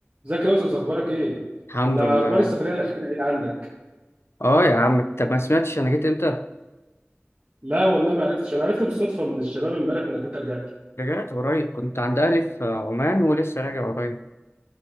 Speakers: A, on the right; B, on the left.
A: ازيك يا يوسف اخبارك ايه؟
B: الحمد
A: الا
B: لله
A: اخبار السفريه الاخيره ايه عندك؟
B: اه يا عم انت ما سمعتش انا جيت امتى
A: لا والله ما عرفتش انا عرفت بالصدفه من الشباب امبارح انك انت رجعت
B: رجعت قريب كنت عند اهلي في عمان ولسه راجع قريب